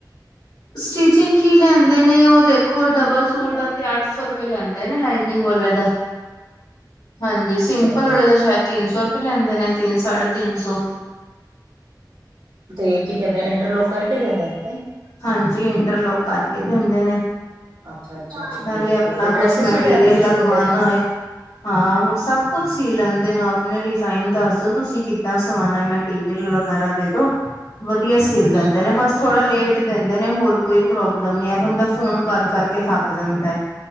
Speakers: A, on the left; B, on the right.
A: ਸਟਿਚਿੰਗ ਕੀ ਲੈਂਦੇ ਨੇ, ਉਹ ਦੇਖੋ ਡਬਲ
B: ਅੱਛਾ
A: ਸੂਟ ਦਾ ਤੇ ਅੱਠ ਸੌ ਰੁਪਏ ਲੈਂਦੇ ਨਾ-ਨਾ ਲਾਈਨਿੰਗ ਬੋਲ <unintelligible> ਹਾਂਜੀ ਸਿੰਪਲ
B: ਜੀ
A: ਵਾਲੇ ਤਾਂ ਸ਼ਾਇਦ ਤਿੰਨ ਸੌ ਰੁਪਏ ਲੈਂਦੇ ਨੇ, ਤਿੰਨ ਸਾਢੇ ਤਿੰਨ ਸੌ
B: ਤੇ ਕੀ ਕਹਿੰਦੇ ਇੰਟਰਲੋਕ ਕਰਕੇ ਦੇਂਦੇ ਨੇ?
A: ਹਾਂਜੀ, ਇੰਟਰਲੋਕ ਕਰਕੇ ਦੇਂਦੇ ਨੇ।
B: ਅੱਛਾ ਅੱਛਾ ਅੱਛਾ
A: ਨਾਲੇ
B: ਠੀਕ
A: ਆਪਣਾ
B: ਹੈ ਤੇ ਡਰੈਸਿਸ
A: ਕੁਛ ਮੈਟੀਰੀਅਲ
B: ਵਗੈਰਾ ਵੀ
A: ਲਗਵਾਉਣਾ
B: ਸੀਂਦੇ ਨੇ
A: ਏ। ਹਾਂ ਸਭ ਕੁਛ ਸੀ ਲੈਂਦੇ ਨੇ ਓ ਆਪ। ਆਪਣੇ ਡਿਜ਼ਾਇਨ ਦੱਸ ਦੋ ਤੁਸੀਂ ਕਿੱਦਾਂ ਸਵਾਉਣਾ, ਮੈਟੀਰੀਅਲ ਵਗੈਰਾ ਦੇ ਦੋ। ਵਧੀਆ ਸਿਲ
B: ਅੱਛਾ
A: ਦਿੰਦੇ ਨੇ, ਬਸ ਥੋੜਾ ਲੇਟ ਦਿੰਦੇ ਨੇ, ਹੋਰ ਕੋਈ ਪ੍ਰੋਬਲਮ ਨੀ ਐ। ਬੰਦਾ ਫੋਨ ਕਰ-ਕਰ ਕੇ ਥੱਕ ਜਾਂਦਾ ਐ।